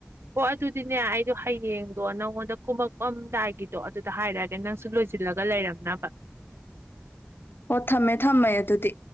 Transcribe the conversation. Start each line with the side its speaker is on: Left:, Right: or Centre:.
Right: ꯍ ꯑꯗꯨꯗꯤꯅꯦ ꯑꯩꯗꯣ ꯍꯌꯦꯡꯗꯣ ꯅꯪꯉꯣꯟꯗ ꯀꯨꯝꯃꯛꯄꯑꯝꯗꯥꯏꯒꯤꯗꯣ ꯑꯗꯨꯗ ꯍꯥꯏꯔꯛꯑꯒ ꯅꯪꯁꯨ ꯂꯣꯏꯁꯤꯜꯂꯒ ꯂꯩꯔꯝꯅꯕ
Left: ꯑꯣ ꯊꯝꯃꯦ ꯊꯝꯃꯦ ꯑꯗꯨꯗꯤ